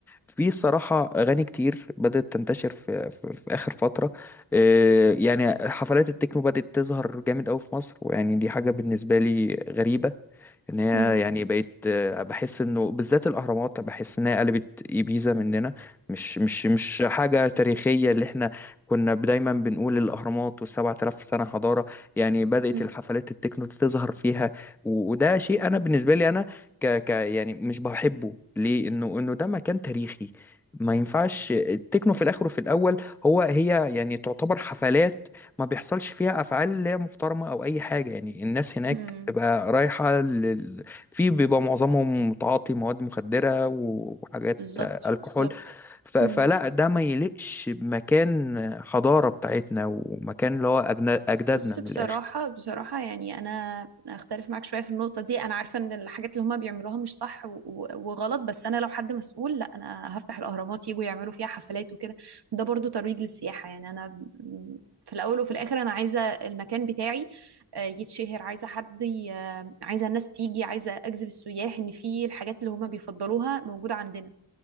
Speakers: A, in the centre; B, on the right (about 80°).
A: في الصراحة أغاني كتير بدأت تنتشر في, في, في آخر فترة آه، يعني حفلات التكنو بدأت تظهر جامد أوي في مصر ويعني دي حاجة بالنسبة لي غريبة ان هي
B: امم
A: يعني بقيت آه، بحس انه بالذات الاهرامات بحس ان هي قلبت ايبيزا مننا مش مش مش حاجه تاريخيه اللي احنا كنا دايما بنقول الاهرامات و7000 سنه حضاره يعني بدات
B: <laughs>
A: الحفلات التكنو تظهر فيها و- وده شيء انا بالنسبه لي انا ك ك يعني مش بحبه ليه انه انه ده مكان تاريخي ما ينفعش التكنو في الاخر وفي الاول هو هي يعني تعتبر حفلات ما بيحصلش فيها افعال لا محترمه او اي حاجه يعني الناس هناك
B: امم
A: تبقى رايحة لل... في بيبقى معظمهم متعاطي مواد مخدرة و- وحاجات
B: بالظبط
A: الكحول
B: بالظبط
A: ف... فلا
B: مم.
A: ده ما يليقش بمكان حضارة بتاعتنا ومكان اللي هو أجنا... أجدادنا
B: بص
A: من
B: بصراحة
A: الآخر
B: بصراحة يعني أنا أختلف معاك شوية في النقطة دي أنا عارفة إن الحاجات اللي هما بيعملوها مش صح و- و- وغلط بس أنا لو حد مسؤول لا أنا هفتح الأهرامات يجوا يعملوا فيها حفلات وكده ده برضو ترويج للسياحة يعني أنا م- في الأول وفي الآخر أنا عايزة المكان بتاعي آه، يتشهر عايزة حد ي- آه، عايزة الناس تيجي عايزة أجذب السياح إن في الحاجات اللي هما بيفضلوها موجودة عندنا